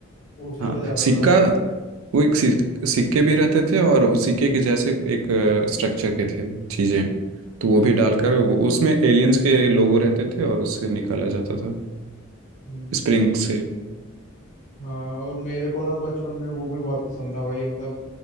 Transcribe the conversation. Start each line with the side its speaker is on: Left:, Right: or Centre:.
Left: उछल
Right: हाँ
Left: के जाता
Right: सिक्का
Left: था वो
Right: वो एक सिक- सिक्के भी रहते थे और वो सिक्के के जैसे एक स्ट्रक्चर के थे चीजें तो वो भी डालकर वो- उसमें एलियंस के लोगो रहते थे और उससे निकाला जाता था
Left: हम्म।
Right: स्प्रिंग से
Left: हाँ और मेरे को ना बचपन में वो भी बहुत पसंद था भाई मतलब